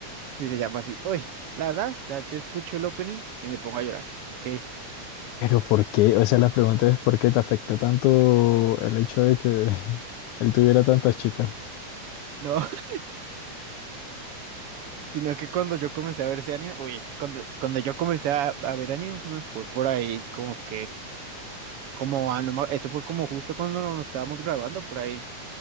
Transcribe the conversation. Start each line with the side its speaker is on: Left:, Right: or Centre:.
Right: sí, se llama así. Uy, la verdad, o sea, yo escucho el opening y me pongo a llorar, que
Left: Pero ¿por qué? O sea, la pregunta es ¿por qué te afectó tanto el hecho de que <laughs> él tuviera tantas chicas?
Right: No. <laughs> Sino que cuando yo comencé a ver ese anime, uy, es que cuando, cuando yo comencé a, a ver anime fue por ahí como que, como, ah, no me- eso fue como justo cuando no, nos estábamos graduando por ahí